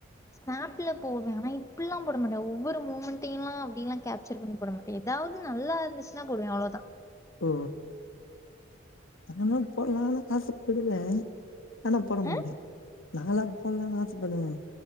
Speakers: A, on the left; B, on the left.
A: ஸ்நாப்ல போட்வே ஆனா இப்புட்ல்லா போட மாட்டே ஒவ்வொரு மூமெண்டெல்லா அப்டில்லா கேப்சர் பண்ணிட மாட்டே எதாவ்து நல்லா இருந்துசுன்னா போடுவே அவ்ளோதா
B: ஓ அதெல்லா போட்லானு ஆசப்படுவே ஆனா போட மாட்டே
A: அ
B: நால்லா போட்லானு ஆச படுவ